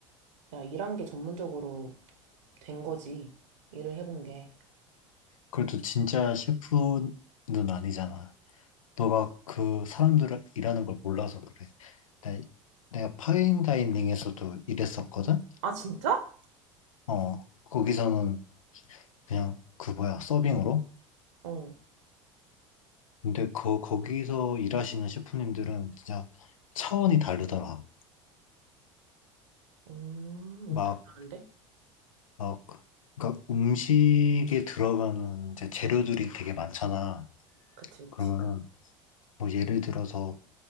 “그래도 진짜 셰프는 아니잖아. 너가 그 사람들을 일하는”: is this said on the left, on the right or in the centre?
Left